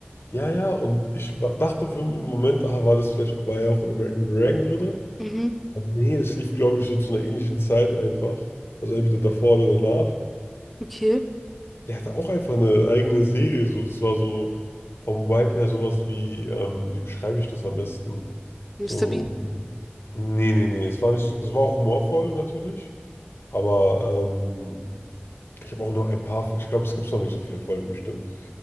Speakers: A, on the left; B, in the centre.
A: Ja, ja, und ich wa- dachte für einen Moment, ah, war das vielleicht, war ja auch in American Dragon drin?
B: Mhm,
A: Nee, das lief, glaube ich, so zu einer ähnlichen Zeit einfach. Also entweder davor oder danach.
B: okay.
A: Der hatte auch einfach eine eigene Serie, so. Das war so vom Vibe her sowas wie, ähm, wie beschreibe ich das am besten?
B: Mister
A: So.
B: Bean.
A: Nee, nee, nee, es war nicht, es war auch humorvoll natürlich, aber ähm, ich habe auch nur ein paar, ich glaube, es gibt noch nicht so viele Folgen bestimmt.